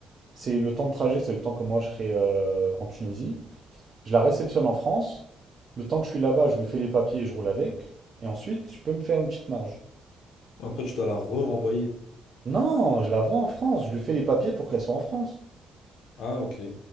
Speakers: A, on the right; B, on the left.
A: C'est le temps de trajet, c'est le temps que moi je serai euh, en Tunisie. Je la réceptionne en France. Le temps que je suis là-bas, je lui fais les papiers et je roule avec. Et ensuite, je peux me faire une petite marge.
B: Après, tu dois la re-renvoyer.
A: Non, je la vends en France, je lui fais les papiers pour qu'elle soit en France.
B: Ah, ok.